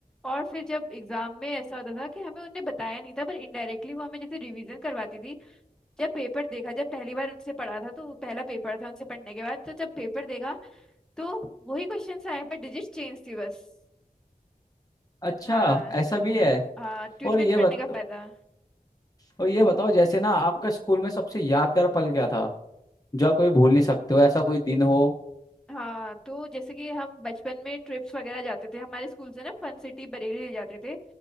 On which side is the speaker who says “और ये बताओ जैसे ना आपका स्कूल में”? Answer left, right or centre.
Left